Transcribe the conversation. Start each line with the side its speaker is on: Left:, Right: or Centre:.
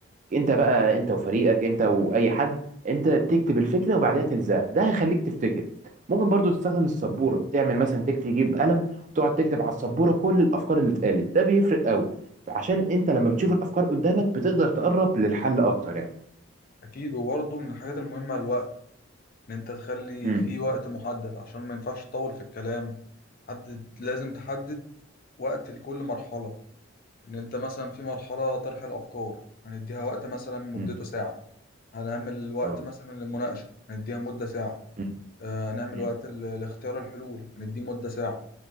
Right: انت بقى انت وفريقك انت واي حد انت تكتب الفكره وبعدها تلزقها ده هيخليك تفتكر ممكن برضو تستخدم السبوره تعمل مثلا تكتب تجيب قلم وتقعد تكتب على السبوره كل الافكار اللي اتقالت ده بيفرق قوي فعشان انت لما بتشوف الافكار قدامك بتقدر تقرب للحل اكتر يعني
Left: أكيد وبرضه من الحاجات المهمة الوقت ان انت تخلي
Right: امم
Left: في وقت محدد عشان ما ينفعش تطول في الكلام حدد لازم تحدد وقت لكل مرحلة ان انت مثلا في مرحلة طرح الافكار هنديها وقت مثلا مدته
Right: امم
Left: ساعة هنعمل وقت
Right: اه
Left: مثلا للمناقشة هنديها مدة ساعة
Right: امم
Left: آه، هنعمل
Right: امم
Left: وقت ل- لاختيار الحلول هنديه مدة ساعة